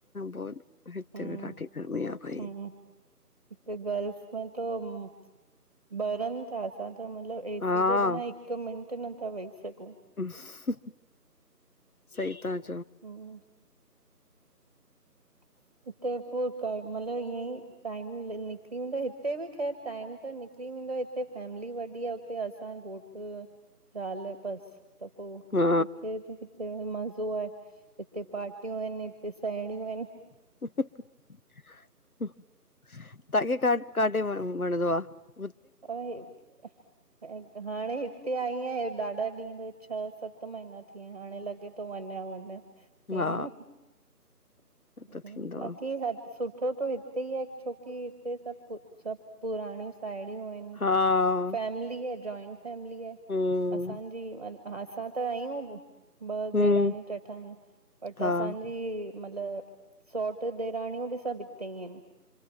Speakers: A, on the left (about 60°); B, on the right (about 25°).
A: बोल हिते
B: <inaudible> हम
A: बि ॾाढी गर्मी आ भई
B: हम- हिते गर्ल्फ में तो - बरनि था असां त मतलब एसी
A: हा
B: जे बिना हिक मिंट नथा वेही सघूं।
A: <unintelligible> सही <unintelligible>
B: हुम्म - <unintelligible> कर मतलब ईअ ई टाइम निकिरी वूंदो हिते बि ख़ैर टाइम त - <unintelligible> फैमली मिली वॾी आहेते असां घोट ज़ाल बस। त पो
A: हा
B: हिते हिते मज़ो आहे हिते पार्टियूं आहिनि- हिे साहेणियूं आहिनि-
A: ताके <unintelligible> <unintelligible>
B: <unintelligible> <unintelligible> हाणे हिते आईं आीं ॾाढा ॾींहं त छह सत महीना थी विया आहिनि हाणे लॻे थो <unintelligible> <unintelligible>
A: हा त थींदो आ
B: <unintelligible> हिते ई आहे छोकी हिते सब सब पुराणी <unintelligible> सांइडयू आहिन,
A: हा
B: फेमली ए जोइन्ट फेमिली ए
A: हम्म,
B: असान्जी असां त आहियूं ॿ
A: हम्म,
B: देराणी-जेठाणीयू बट
A: हा,
B: असांजी मतलब सौट्र देराणियूं भी सभ हितेइ हिन